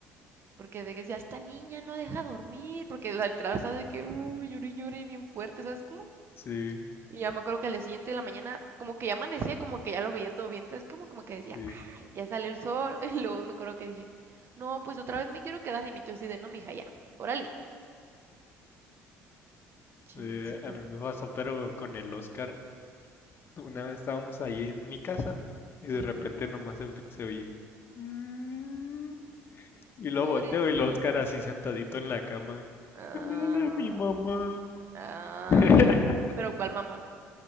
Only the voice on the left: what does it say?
sí,
sí.
Eh, a mí me pasó, pero con el Oscar. Una vez estábamos ahí en mi casa y de
repente nomás se, se oye. "Mm". Y lo
volteo y el Oscar así sentadito en la cama. y
Devuélvele a mi mamá.
<laughs>